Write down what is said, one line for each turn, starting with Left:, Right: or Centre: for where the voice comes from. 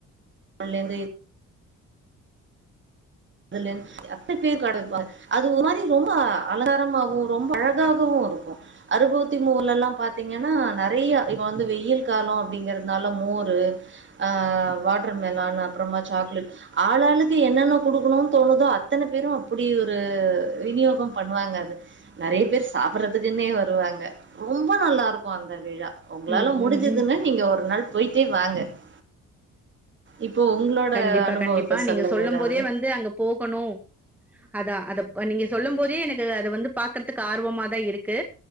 Right: வந்து த்த பேர் கடை வைப்பாங்க அது ஒரு மாதிரி ரொம்ப அழங்காரமாகவும் ரொம்ப அழகாகவும் இருக்கும் அறுபகுத்தி மூல எல்லாம் பாத்தீங்கன்னா நிறைய இப்ப வந்து வெயில் காலம் அப்படிங்கறிறதுனால மோரு ஆஹ் வாட்டர்மெலன் அப்புறமா சாக்லேட் ஆளாளுக்கு என்னன்ன கொடுக்கணும் தோணுதோ அத்தனை பேரும் அப்படி ஒரு விநியோகம் பண்ணுவாங்க நிறைய பேர் சாப்பிடடுறதுக்குன்னே வருவாங்க ரொம்ப நல்லா இருக்கும் அந்த விழா உங்களால
Centre: ம்
Right: முடிஞ்சதுன்னு
Centre: ம் ம்
Right: நீங்க ஒரு நாள் போயிட்டே வாங்க இப் இப்போ உங்களோட
Centre: கண்டிப்பா
Right: அனுபவத்த
Centre: கண்டிப்பா
Right: சொல்லுங்க
Centre: நீங்க சொல்லும்
Right: ஏதாவது
Centre: போதே வந்து அங்க போகணு அதா அத நீங்க சொல்லும் போது தே எனக்கு அது வந்து பாக்கற்துக்கு ஆர்வமா தா இருக்கு